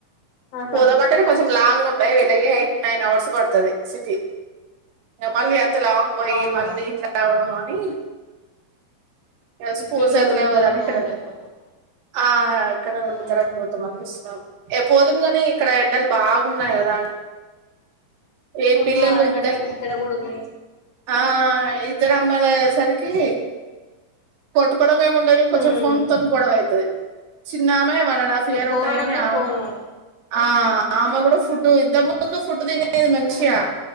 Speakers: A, on the left; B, on the right.
A: ఆహా
B: పోదమంటేనే కొంచెం లాంగ్ ఉన్ ఎయిటు నైన్ అవర్స్ బడుతుది సిటీ మళ్ లాంగ్ పోయి
A: అవునా
B: మళ్ళీ ఇట్లా రావడం మ్మ్ ఆ స్కూల్స్
A: ఇక్కడనే
B: ఐతే
A: ఉండి
B: లేవు కదనీ
A: తర్వాత
B: ఇక్కడే
A: పోతే అయిపోతది
B: ఆ ఇక్కడే
A: ఉమ్
B: ఉండి తర్వాత పోతమని అని చూస్తున్నాం ఏ పోతే పోనీ కాని ఇక్కడ ఎండలు బాగున్నాయి కదా అండి ఏ
A: పుల్లులు
B: పిల్లలు
A: అక్కడ
B: ఇద్దరు
A: ఏంటి ఇక్కడ కూడా ఉన్నాయ్
B: ఆ ఇద్దరు అమ్మాయిలయ్యేసరికి కొట్టుకోవడం ఏం ఉండదు గాని కొంచెం
A: ఉమ్
B: ఫోన్ తోనే గొడవ అయితది చిన్నామే వ వన్ అండ్ హఫ్
A: ఇగ
B: ఇయర్
A: ఫోన్
B: ఉంటాయిని
A: అంటే
B: <unintelligible>
A: ఫోను
B: ఆ ఆమె కూడా ఫుడ్ ఇంత ముందు ఫుడ్ తినేది మంచిగా